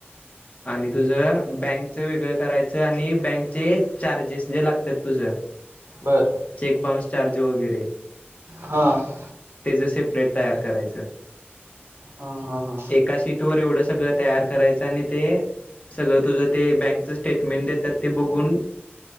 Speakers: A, on the left (about 35°); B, on the right (about 70°).
A: आणि तुझ बँकच वेगळ करायच. आणि बँकचे चार्जेस जे लागतात तुझ
B: बर
A: चेक बाउन्स चार्ज वगैरे
B: हां-
A: तेज सेपरेट तयार करायचं
B: हा हा हा
A: एकाशी- सर एवढं सगळं तयार. करायचं आणि ते सगळं तुझं ते बँकच स्टेटमेंट देतात ते बघून